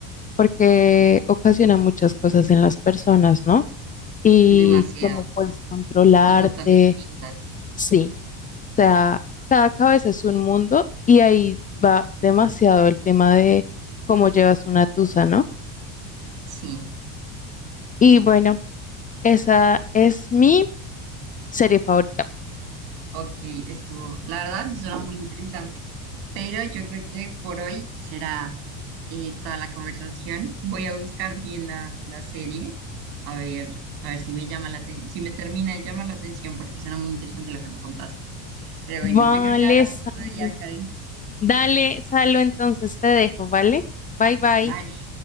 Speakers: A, on the left; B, on the right.
A: porque ocasiona muchas cosas en las personas, ¿no? Y
B: demasiado.
A: cómo puedes controlarte,
B: Y cosas tan distintas.
A: sí. O sea, cada cabeza es un mundo y ahí va demasiado el tema de cómo llevas una tusa, ¿no?
B: Sí,
A: Y bueno, esa es mi serie favorita.
B: ok, estuvo. La verdad, suena muy interesante. Pero yo creo que por hoy será. eh, toda la conversación. Voy a buscar bien la, la serie, a ver, a ver si me llama la aten- si me termina de llamar la atención, porque suena muy interesante lo que me contaste. Pero
A: Vale,
B: bueno, yo creo que hablamos
A: Salo.
B: otro día, Karen.
A: Dale, Salo, entonces te dejo, ¿vale? Bye, bye.
B: Vale,